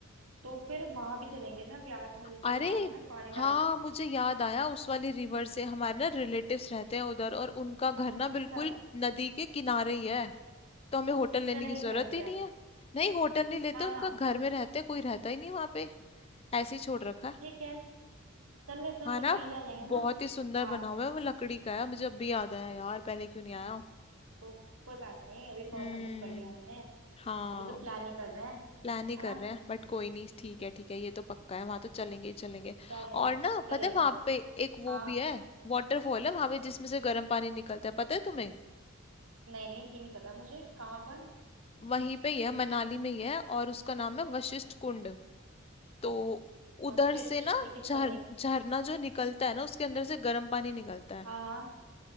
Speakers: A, on the right (about 90°); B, on the left (about 30°).
A: तो फिर वहां भी चलेंगे ना व्यास नदी के
B: अरे
A: पास ना पानी
B: हाँ
A: डाल के
B: मुझे याद आया उस वाली रिवर से हमारे ना रिलेटिव्स रहते हैं उधर और उनका घर
A: अच्छा
B: ना बिल्कुल
A: अच्छा
B: नदी के किनारे ही है तो हमें होटल लेने
A: चलेंगे
B: की जरूरत
A: फिर उनके
B: ही
A: यहाँ
B: नहीं है नहीं होटल नहीं लेते
A: हाँ
B: उनका
A: हाँ
B: घर में रहते हैं, कोई रहता ही नहीं वहां पे ऐसे ही छोड़ रखा है
A: ठीक है चल लेते हैं
B: हाँ
A: फिर
B: ना
A: वहीं रह लेंगे ना
B: बहुत ही सुंदर
A: हाँ
B: बना हुआ है वो लकड़ी का है मुझे अब भी याद आया यार पहले क्यों नहीं आया
A: तो कोई बात नहीं अभी कौन
B: हम्म
A: सा बुक कर लिया हमने
B: हाँ
A: अभी तो प्लान ही कर रहे हैं
B: प्लान ही कर
A: है ना
B: रहे हैं बट कोई नहीं ठीक है ठीक है ये तो पक्का है वहां तो चलेंगे ही चलेंगे
A: डन है
B: और ना
A: चलेंगे
B: पता है वहां पे एक
A: हाँ
B: वो भी है वाटरफॉल है वहां पे जिसमें से गर्म पानी निकलता है पता है तुम्हें
A: नहीं नहीं ये नहीं पता मुझे कहाँ पर
B: वहीं पे ही है मनाली में ही है और उसका नाम है वशिष्ठ कुंड तो उधर
A: वशिष्ठ
B: से ना
A: ठीक है
B: झर
A: चल लेंगे
B: झरना जो निकलता है ना उसके अंदर से गर्म पानी निकलता है
A: हाँ हाँ